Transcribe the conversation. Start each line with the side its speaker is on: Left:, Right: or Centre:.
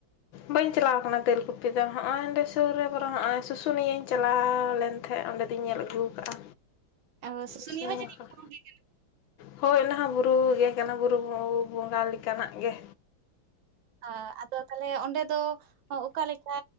Left: ᱵᱟᱹᱧ ᱪᱟᱞᱟᱣ ᱠᱟᱱᱟ ᱛᱮᱞᱠᱩᱯᱤ ᱫᱚ ᱱᱚᱱᱚᱸᱰᱮ ᱥᱩᱨ ᱨᱮ ᱵᱚᱨᱚ ᱱᱚᱜᱼᱚᱭ ᱥᱩᱥᱩᱱᱤᱭᱟᱹᱧ ᱪᱟᱞᱟᱣ ᱞᱮᱱ ᱛᱟᱦᱮᱸᱫ ᱚᱸᱰᱮ ᱛᱧ ᱧᱮᱞ ᱟᱹᱜᱩ ᱟᱠᱟᱫᱼᱟ
Right: ᱚ, ᱥᱩᱥᱩᱱᱤᱭᱟᱹ
Left: ᱥᱩᱥᱩᱱᱭᱟ.
Right: ᱡᱟᱹᱱᱤᱡ
Left: ᱦᱚᱸ
Right: ᱵᱩᱨᱩ ᱜᱮ
Left: ᱦᱳᱭ ᱚᱱᱟᱦᱚᱸ ᱵᱩᱨᱩ ᱜᱮ ᱠᱟᱱᱟ ᱵᱩᱨᱩ ᱵᱚᱸᱜᱟ ᱞᱮᱠᱟᱱᱟᱜ ᱜᱮ
Right: ᱚ ᱟᱫᱚ ᱛᱟᱦᱚᱞᱮ ᱚᱸᱰᱮ ᱫᱚ ᱚᱠᱟᱞᱮᱠᱟ